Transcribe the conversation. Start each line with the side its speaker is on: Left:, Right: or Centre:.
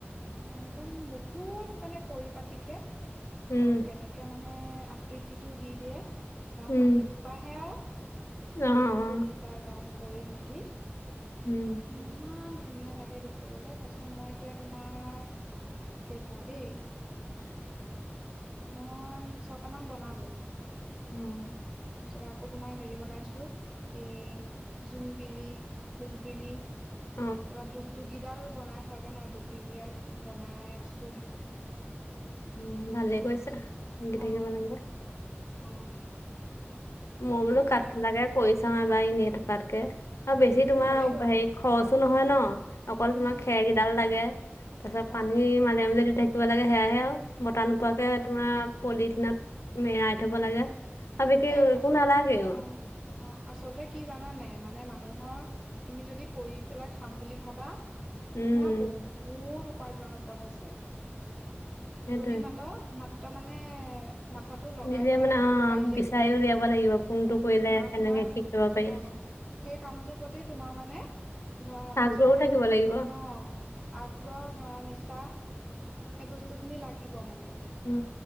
Right: অ একদম বহুত মানে পৰিপাটিকে,
Left: উম
Right: আৰু কেনেকে মানে মে আকৃতিটো দি দিয়ে, ধৰা
Left: উম
Right: মাটি থোপাইহে আৰু। আকৃতিটো
Left: অ অ
Right: দি তাৰ ৰং কৰি মেলি।
Left: উম
Right: ইমান ধুনীয়া লাগে দেখিবলে। তাৰপিছত মই এতিয়া তোমাৰ, কেইটা দেই মই ছটামান বনালো।
Left: উম।
Right: তাৰ পিছতে তোমাৰ হেৰি বনাইছো, হেই, জোনবিৰি ঢোলবিৰি
Left: অ।
Right: তাৰপৰা দুগ দুুগিডাল বনাই হোৱাগে নাই। দুগ দুগিডাল বনাই আছোহে।
Left: উম, ভালে কৰিছা
Right: তাৰপিছতে
Left: লাগি থাকিব
Right: অ,
Left: লাগে।
Right: অ।
Left: মই বোলো কাট
Right: মানে বোলো
Left: লাগে কৈছাও এবাৰ এনে থকাতকে। আৰু বেছি তোমাৰ
Right: ভালে কৈছে
Left: হেৰি খৰচো নহয় ন, অকল তোমাৰ
Right: উম
Left: খেৰকেইডাল লাগে। তাৰ পিছত পানীৰ
Right: অ
Left: মাজে মাজে দি থাকিব লাগে। সেয়াহে আৰু বতাহ নোপোৱাকে
Right: অ
Left: তোমাৰ পলিথিনত, মেৰাই থব লাগে আৰু বিশেষ
Right: এ
Left: একো
Right: আচ
Left: নালাগেও।
Right: অ অ আচলতে কি জানানে মানে মানুহৰ, তুমি যদি কৰি পেলাই খাম বুলি ভাবা।
Left: উম।
Right: তোমাৰ বহুত উপাৰ্জনৰ পথ আছে,
Left: সেইটোয়ে
Right: তুমি মাতা মাত ত মানে মাথা টো লগাই
Left: দিলে
Right: পেলাই
Left: মানে
Right: কৰিব
Left: অ'
Right: পাৰি।
Left: বিচাৰি
Right: হল,
Left: উলিয়াব লাগিব কোনটো
Right: উম
Left: কৰিলে
Right: আৰু
Left: কেনেকে
Right: তোমাৰ
Left: কি কৰিব পাৰি
Right: উ। সেই কামটোৰ প্ৰতি তোমাৰ মানে ধৰা নিজৰ,
Left: আগ্ৰহো থাকিব লাগিব
Right: অহ, আগ্ৰহ ধৰা নিচা। সেই বস্তু খিনি লাগিব মানে।
Left: উ